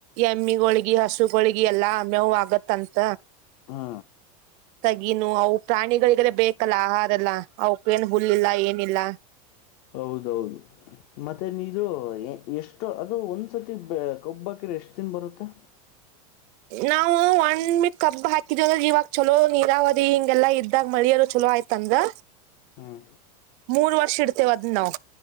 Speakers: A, on the right; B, on the left.
A: ಎಮ್ಮಿಗಳೊಗಿ ಹಸುಗಳೊಗಿ ಎಲ್ಲಾ ಮೇವು ಆಗುತ್ತಂತ
B: ಹಾ
A: ತಗೀನು ಅವು ಪ್ರಾಣಿಗಳಿಗೆಲ್ಲೇ ಬೇಕಲ್ಲ ಆಹಾರ ಎಲ್ಲಾ ಅವಕ್ಕ ಏನ್ ಹುಲ್ಲಿಲ್ಲ ಏನಿಲ್ಲ.
B: ಹೌದೌದು ಮತ್ತೆ ನೀದು ಎಷ್ಟ್ ಷ್ಟು ಅದು ಒಂದು ಸತಿ ಕೊಬ್ಬಾಕಿರೆ ಎಷ್ಟು ದಿನ ಬರುತ್ತೆ.
A: ನಾವು ಒಣ್ ಮಿ ಕಬ್ ಹಾಕಿದ್ವ ಇವಾಗ ಚಲೋ ನೀರಾವರಿ ಹಿಂಗೆಲ್ಲಾ ಇದ್ದಾಗ ಮಳಿಯೋ ಚಲೋ ಆಯ್ತ್ ತ್ತಾಂದ್ರೆ
B: ಹಾ
A: ಮೂರ್ ವರ್ಷ ಇಡ್ತೇವ್ ಅದ್ನ ನಾವು.